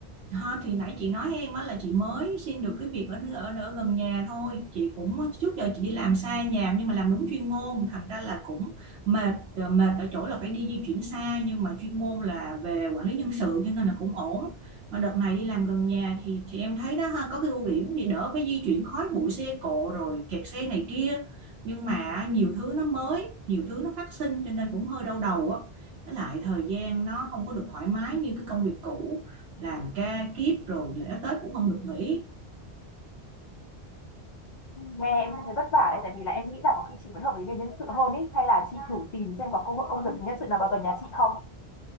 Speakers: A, on the right; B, on the left.
A: Ha, thì nãy chị nói em á là chị mới xin được cái việc ở ở ở gần nhà thôi chị cũng trước giờ chị đi làm xa nhà nhưng mà làm đúng chuyên môn thành ra là cũng mệt ờ, mệt ở chỗ là phải đi di chuyển xa nhưng mà chuyên môn là về quản lý nhân sự cho nên là cũng ổn mà đợt này đi làm gần nhà thì thì em thấy đó ha có cái ưu điểm thì đỡ phải di chuyển khói bụi xe cộ rồi kẹt xe này kia nhưng mà nhiều thứ nó mới nhiều thứ nó phát sinh cho nên cũng hơi đau đầu á với lại thời gian nó không có được thoải mái như cái công việc cũ làm ca kiếp rồi lễ Tết cũng không được nghỉ
B: Nghe em cũng thấy vất vả đấy, tại vì là em nghĩ là có khi chị vẫn hợp với nghề nhân sự hơn ý, hay là chị thử tìm xem có cơ hội công việc nhân sự nào vào gần nhà chị không.